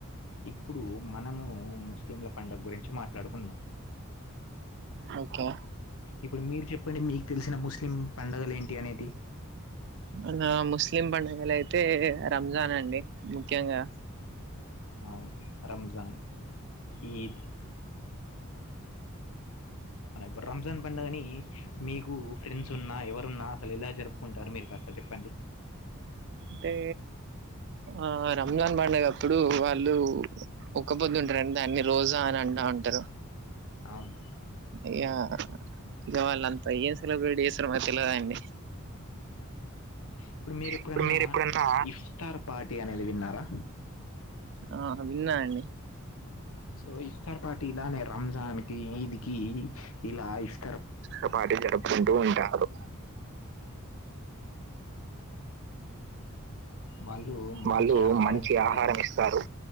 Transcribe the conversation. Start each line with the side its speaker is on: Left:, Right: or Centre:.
Left: ఇప్పుడు మనమూ ముస్లింల పండగ్గురించి మాట్లాడుకుందాం
Right: ఒకే
Left: ఇప్పుడు మీరు చెప్పండి మీకు తెలిసిన ముస్లిం పండగలు ఏంటి అనేది
Right: మనా ముస్లిం పండగలయితే రంజాన్ అండి ముఖ్యంగా
Left: అవును రంజాన్ ఈద్ అల ఇప్పుడు రంజాన్ పండగని మీకు ఫ్రెండ్స్ ఉన్నా ఎవరున్నా అసలు ఎలా జరుప్ కుంటారు మీరు కాస్త జెప్పండి
Right: అంటే ఆ రంజాన్ పండగప్పుడు వాళ్ళు ఒక్క పొద్దుంటరండి దాన్ని రోజా అని అంటా ఉంటరు
Left: అవును
Right: ఇగ గ వాళ్ళంతా ఏం సెలబ్రేట్ జేస్తరో మనకు తెలవదండి
Left: ప్పుడు మీరేప్పుడన్నా
Right: ఇప్పుడు మీరు ఎప్పుడన్నా
Left: ఇఫ్తార్ పార్టీ అనేది విన్నారా
Right: అ విన్నా నండి
Left: సో ఇఫ్తార్ పార్టీ ఇలానే రంజాన్ కి ఈద్ కి ఇలా ఇస్
Right: ఆ పార్టీ జరుపూకుంటూ ఉంటారు
Left: వాళ్ళు మంచి
Right: వాళ్ళు
Left: ఆహారం
Right: మంచి
Left: ఇస్తారు
Right: ఆహారం ఇస్తారు